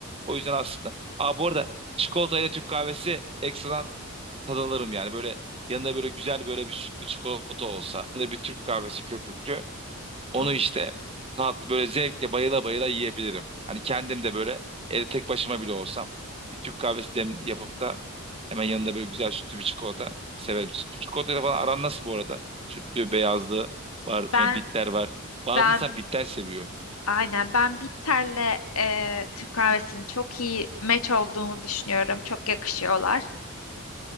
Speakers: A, on the right; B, on the left.
A: O yüzden aslında. Aa bu arada çikolata ile Türk kahvesi ekstradan tad alırım yani. Böyle yanında böyle güzel böyle bir sütlü çikolata olsa. Yanında bir Türk kahvesi köpüklü. Onu
B: O.
A: işte tatlı böyle zevkle bayıla bayıla yiyebilirim. Hani kendim de böyle evde tek başıma bile olsam bir Türk kahvesi dem yapıp da hemen yanında böyle güzel sütlü bir çikolata severim. Sütlü çikolatayla falan aran nasıl bu arada? Sütlü, beyazlı var sonra
B: Ben
A: bitter var. Bazı
B: ben
A: insan bitter seviyor.
B: aynen ben bitterle e, Türk kahvesinin çok iyi meç olduğunu düşünüyorum. Çok yakışıyorlar.